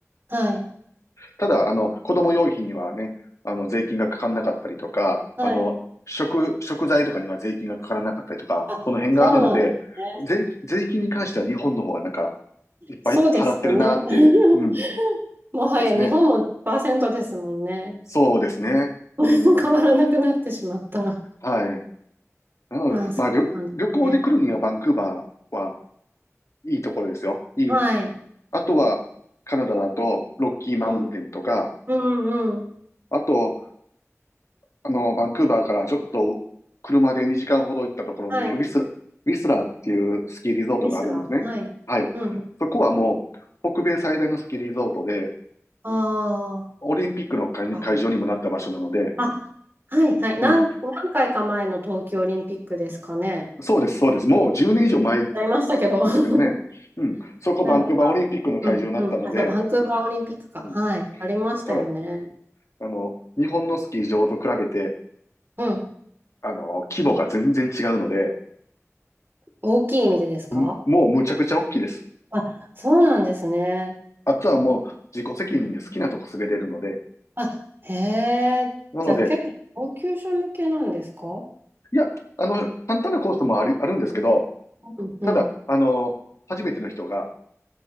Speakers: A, on the right; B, on the left.
A: はい。
B: ただ、あの、子供用品にはね、あの、税金がかからなかったりとか、
A: はい。
B: あの、食、食材とかには税金がかからなかったりとか、
A: あ、
B: その辺があるので、
A: そうなんです
B: 税金、
A: ね。
B: 税金に関しては日本の方がなんか、いっぱい払ってるなーって、
A: そうですよね。<laughs>
B: うん、
A: もはや日本も10%
B: ですね。
A: ですもんね。
B: そうですね。
A: <laughs>
B: うん、
A: 変わらなくなってしまった。
B: はい。なので、
A: まあ、そうなんですね。
B: まあ、旅、旅行で来るにはバンクーバーはいいところですよ。いい。
A: はい。
B: あとは、カナダだと、ロッキーマウンテンとか、
A: うん。うんうん。
B: あと、あの、バンクーバーからちょっと車で2時間ほど行ったところに、
A: はい。
B: ウィスラ、ウィスラーっていうスキーリゾートがあるんですね。
A: ミスラ。はい。
B: はい。
A: うん。
B: そこはもう、北米最大のスキーリゾートで、
A: ああ。
B: オリンピックの会会場にもなった場所なので、
A: あ、あはいはい。何、
B: うん。
A: 何回か前の冬季オリンピックですかね。
B: そうです、そうです。もう10年以上前で
A: やりましたけど。<laughs>
B: すけどね。うん。そこバンクーバーオリンピックの会場になったので、
A: なんか、うんうん。あ、そう、バンクーバーオリンピックか。
B: うん。
A: はい。ありましたよね。
B: たただ、あの、日本のスキー場と比べて、
A: うん。
B: あの、規模が全然違うので、
A: 大きい意味でですか
B: うんもうむちゃくちゃ大きいです。
A: あ、そうなんですね。
B: あとはもう自己責任で好きなとこ滑れるので、
A: あ、へえ。
B: なので、
A: じゃあ結構、高級者向けなんですか
B: いや、あの、簡単なコースもあるあるんですけど、
A: うんうん。
B: ただ、あの、初めての人が